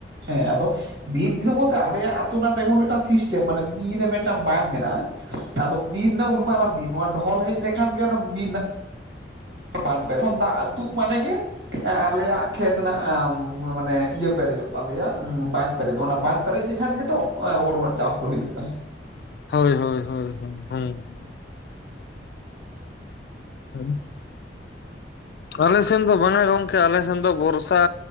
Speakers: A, on the right (about 75°); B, on the left (about 60°).
A: ᱦᱮᱸ ᱟᱫᱚ ᱵᱤᱨ ᱫᱤᱥᱳᱢ ᱵᱚᱞᱛᱮ ᱟᱞᱮᱭᱟᱜ ᱟᱹᱛᱳ ᱨᱮᱱᱟᱜ ᱫᱚ ᱮᱢᱚᱱ ᱢᱤᱫᱴᱟᱝ ᱥᱤᱥᱴᱟᱹᱢ ᱢᱟᱱᱮ ᱵᱤᱨ ᱨᱮ ᱢᱮᱫ- ᱴᱟᱝ ᱵᱟᱸᱫᱽ ᱢᱮᱱᱟᱜᱼᱟ ᱾ ᱟᱫᱚ ᱵᱤᱨ ᱨᱮᱱᱟᱜ ᱩᱱ ᱢᱟᱨᱟᱝ ᱵᱤᱨ, ᱱᱚᱣᱟ ᱰᱷᱚᱞ ᱦᱮᱡ ᱞᱮᱱᱠᱷᱟᱱ ᱜᱮ ᱚᱱᱟ ᱵᱤᱨ ᱨᱮᱱᱟᱜ ᱵᱟᱸᱫᱽ ᱵᱮᱱᱟᱜ, ᱛᱚᱠᱷᱚᱱ ᱫᱟᱜ ᱟᱹᱛᱩᱜ ᱢᱟᱱᱮ ᱜᱮ ᱮᱸ ᱟᱞᱮᱭᱟᱜ ᱠᱷᱮᱛ ᱨᱮᱱᱟᱜ ᱟᱻᱢ ᱩᱸ ᱢᱟᱹ ᱢᱟᱱᱮ ᱤᱭᱟᱹ ᱯᱮᱨᱮᱡᱽᱼᱚᱜ ᱛᱟᱞᱮᱭᱟ, ᱵᱟᱱ ᱯᱮᱨᱮᱡ, ᱚᱱᱟ ᱵᱟᱱ ᱯᱮᱨᱮᱡ ᱞᱮ- ᱠᱷᱟᱱ ᱜᱮᱛᱚ ᱳᱸ ᱦᱩᱲᱩ ᱨᱮᱱᱟᱜ ᱪᱟᱥ ᱫᱚ ᱦᱩᱭᱩᱜ ᱯᱮ ᱾
B: ᱦᱳᱭ ᱦᱳᱭ ᱦᱳᱭ ᱦᱚᱭ, ᱦᱩᱸ ᱦᱩᱸ <unintelligible> ᱟᱞᱮ ᱥᱮᱱ ᱫᱚ ᱵᱟᱝᱼᱟᱭ ᱜᱚᱝᱠᱮ, ᱟᱞᱮ ᱥᱮᱱ ᱫᱚ ᱵᱚᱨᱥᱟ